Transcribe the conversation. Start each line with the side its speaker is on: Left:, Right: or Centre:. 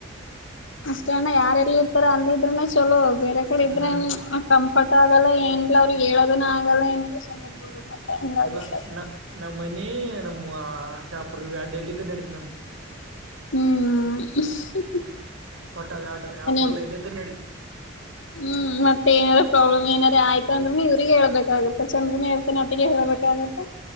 Left: ಅಷ್ಟೇ ಅಣ್ಣ ಯಾರ್ ಎಲ್ಲಿರುತ್ತಾರೊ ಅಲ್ಲಿದ್ರೆನೆ ಚಲೋ ಬೇರೆ ಕಡೆ ಇದ್ರೆ
Right: ಹ್ಮ್
Left: ಹ ಕಂಫರ್ಟ್ ಆಗಲ್ಲ ಏನಿಲ್ಲ ಅವ್ರಿಗೆ ಹೇಳೋದನ್ನ ಆಗಲ್ಲ ಏನಿಲ್ಲಾ ಸುಮ್ಮ ಇದ್ದ ಬಿಡಬೇಕು ಮತ್ತೆ. ಹಂಗಾಗಿರ್ತ
Right: ಇಲ್ಲ ನ ನಮ್ಮ ಮನಿ ನಮ್ಮ ಶಾಪುರ್ ಇವುಯಾಡ್ ಎಲ್ಲಿದ್ದರೂ ನಡೀತದ ನನಗ
Left: ಹ್ಮ್.
Right: ವಟ್ಟ ಅವ ಯಾಡ್ ಆ
Left: ಅದೇ
Right: ಊರ್ ಎಲ್ಲಿದ್ರ ನಡಿಯತ್ತ.
Left: ಹ್ಮ್ ಮತ್ತ ಏನಾರ ಪ್ರಾಬ್ಲಮ್ ಏನಾರ ಆಯ್ತ ಅಂದ್ರು ಇವ್ರಿಗೆ ಹೇಳ್ಬೇಕಾಗತ್ತ ಚಂತನ ಹೇಳ್ತಾನೆ ಅತಗೆ ಹೇಳ್ಬೇಕಾಗತ್ತ.